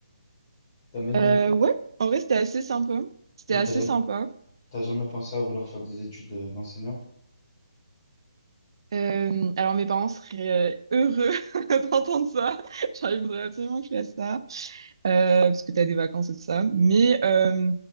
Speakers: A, on the left; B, on the right.
A: T'as aimé donner
B: Euh,
A: cours?
B: ouais, en vrai, c'était assez sympa. C'était
A: Et
B: assez
A: T'as jamais,
B: sympa.
A: t'as jamais pensé à vouloir faire des études euh, d'enseignante?
B: Euh, alors mes parents seraient euh, heureux <laughs> d'entendre ça. Genre, ils voudraient absolument que je fasse ça. Euh, parce que tu as des vacances et tout ça. Mais euh,